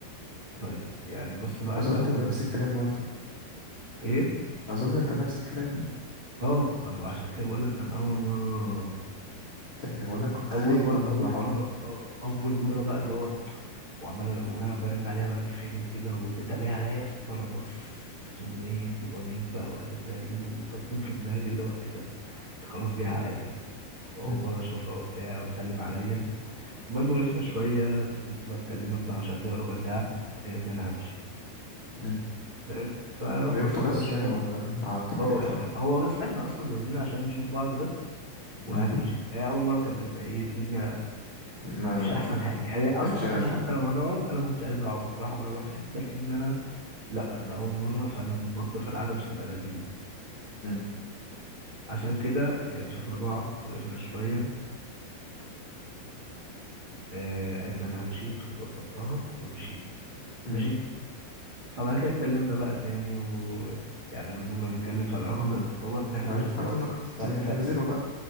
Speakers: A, on the right; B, on the left.
A: طيب يعني بص بقى
B: اظن
A: انت اول
B: انت نفس
A: ما تيجي
B: الكلام برضه
A: ايه
B: اظن انت نفس الكلام
A: اه ما انا بقى عشان كده بقول لك كان اول مره
B: إيه، ولا كنت
A: اول
B: خايف
A: مره
B: لو
A: اول
B: مرعون
A: مره اه اول مره بقى اللي هو وعمال وانا برن عليها بقى انت فين وكده ولقيتها جايه عليا يا اسطى أنا بص كمية دوبامين بقى وادرينالين وضاربين في دماغي اللي هو ايه ده ده خلاص جاي عليا يا اسطى واول
B: مم.
A: مرة اشوفها وبتاع وتسلم عليا المهم وقفنا شوية فضلت لها اتكلمنا بتاع 10 دقايق ربع ساعة لغاية ان انا همشي
B: مم.
A: فاهم فرحت
B: وقفته
A: وصلتها
B: بس
A: شوية
B: يعني ولا
A: كده
B: قعدت في
A: اه
B: حته
A: وقفنا
B: ولا
A: هو بس احنا اصلا نازلين عشان نشوف بعض بس وهنمشي
B: مم.
A: فهي اول مره كانت بتبقى ايه الدنيا
B: ما
A: مش احسن حاجه يعني اصلا
B: تنشينا
A: انا
B: شويه
A: حتى لو هنقعد انا ما كنتش عايز اقعد بصراحه ولا اروح في حته لان انا لا انا اول مره فانا متوتر فالقعده مش هتبقى لذيذه
B: مم.
A: عشان كده يعني شفنا بعض وقفنا شويه آه قالت لي انا همشي فانا توصلتها ومشيت
B: مم.
A: ماشي فبعد كده اتكلمنا بقى تاني و يعني فضلنا نتكلم فالعلاقه
B: مم.
A: بدات تتطور ان احنا
B: وبعدين
A: نشوف
B: فكرت
A: بعض
B: انك كنت
A: ف... ف...
B: تنزله بقى